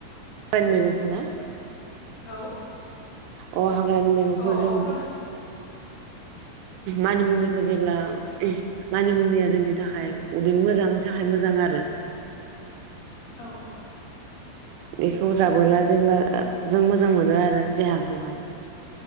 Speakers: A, on the right; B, on the left.
A: हाग्रानि मैगंखौना।
B: औ
A: अ हाग्रानि मैगंखौ
B: औ
A: जों।
B: औ खोनादों
A: मानिमुनिखौ जेब्ला मानिमुनिया जोंनि थाखाय उदैनि मोजांनि थाखाय मोजां आरो।
B: औ औ
A: बेखौ
B: थारैनो
A: जाबोला जेनेबा। जों मोजां मोनो आरो देहाखौहाय।